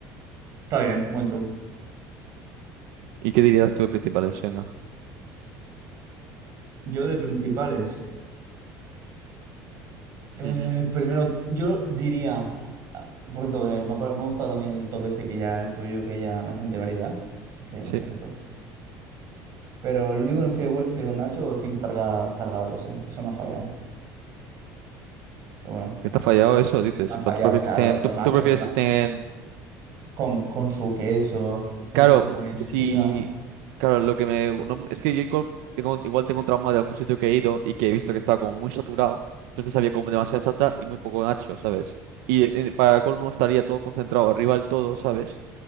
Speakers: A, on the right; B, on the right.
A: Está bien, buen top.
B: ¿Y qué dirías tú de principales? Venga.
A: Yo de principales, eh,
B: Ujú,
A: primero, yo diría, ah, por cierto, que me ha, pa- me ha gustado también el top este que ya tuyo, que ya bastante variedad, me parece,
B: Sí.
A: me parece top. Pero lo único que no estoy de acuerdo es si los nachos tienen que estar ca- cargados, eh, Eso me ha fallado, pero bueno,
B: que está fallado eso, dices.
A: me ha
B: En
A: fallado,
B: plan, tú prefieres
A: o sea,
B: que estén,
A: lo- los
B: tú,
A: nachos,
B: tú prefieres
A: los na-
B: que estén.
A: con, con su queso, con
B: Claro,
A: su queso por encima.
B: si. Claro, lo que me. no- es que yo igual tengo, igual tengo un trauma de algún sitio que he ido y que he visto que estaba como muy saturado. Entonces había como demasiada salsa y muy poco nacho, ¿sabes? Y es- eh, para colmo estaría todo concentrado arriba del todo, ¿sabes?